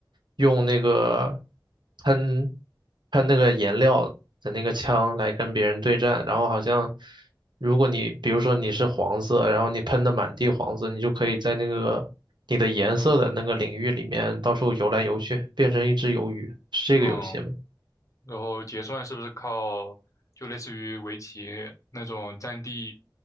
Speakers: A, on the right; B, on the left.
A: 用那个喷喷那个颜料的那个枪来跟别人对战，然后好像如果你比如说你是黄色，然后你喷的满地黄色，你就可以在那个你的颜色的那个领域里面到处游来游去，变成一只鱿鱼，是这个游戏吗？
B: 嗯，然后结算是不是靠就类似于围棋那种占地